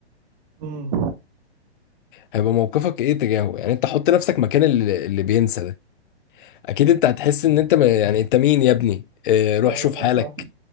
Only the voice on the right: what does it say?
امم
ايوه
صح